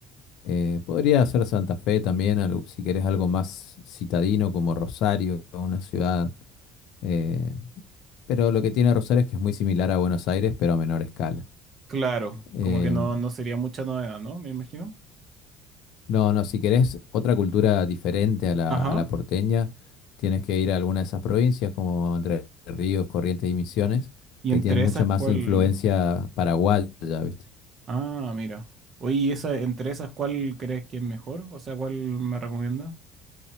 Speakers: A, on the left (about 65°); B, on the right (about 35°).
A: Eh, podría ser Santa Fe también, algo- si querés algo más citadino como Rosario, o una ciudad. eh, pero lo que tiene Rosario es que es muy similar a Buenos Aires, pero a menor escala.
B: Claro,
A: Eh,
B: como que no, no sería mucha novedad, ¿no? Me imagino.
A: no, no, si querés otra cultura diferente a la,
B: Ajá.
A: a la porteña, tienes que ir a alguna de esas provincias como Entre Ríos, Corrientes y Misiones,
B: ¿Y
A: que
B: entre
A: tienen mucha
B: esas
A: más
B: cuál?
A: influencia paraguaya, ¿viste?
B: Ah, mira. Oye, ¿y esa, entre esas cuál crees que es mejor? O sea, ¿cuál me recomienda?